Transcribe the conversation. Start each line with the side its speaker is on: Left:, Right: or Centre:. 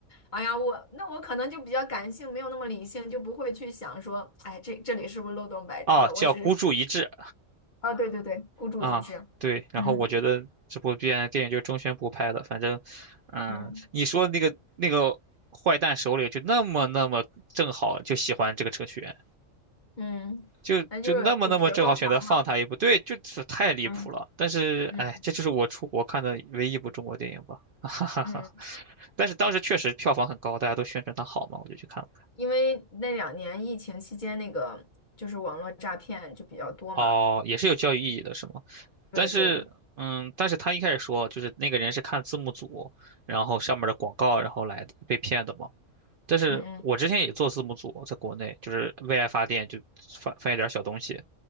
Left: 哎呀，我那我可能就比较感性，没有那么理性，就不会去想说，哎，这这里是不是漏洞百出了？
Right: 哦，叫孤注一掷。
Left: 我只是，哦，对对对，孤注一掷。
Right: 啊，对，然后我觉得这部片电影就是中宣部拍的，
Left: 嗯
Right: 反正，嗯，
Left: 嗯
Right: 你说那个那个坏蛋首领就那么那么正好就喜欢这个程序员，
Left: 嗯，
Right: 就就那么那么正好选择放他一部，
Left: 那就是主角光环嘛。
Right: 对，就是太离谱了。
Left: 嗯
Right: 但是，
Left: 嗯嗯。
Right: 哎，这就是我出国看的唯一一部中国电影吧，<laughs> 哈哈哈。
Left: 嗯。
Right: 但是当时确实票房很高，大家都宣传它好嘛，我就去看了。
Left: 因为那两年疫情期间，那个就是网络诈骗就比较多嘛。
Right: 哦，也是有教育意义的，是吗？
Left: 对对，
Right: 但是，嗯，但是他一开始说，就是那个人是看字幕组，然后上面的广告，然后来的被骗的嘛。但是我之前也做字幕组，
Left: 嗯嗯
Right: 在国内就是为爱发电，就翻翻一点小东西，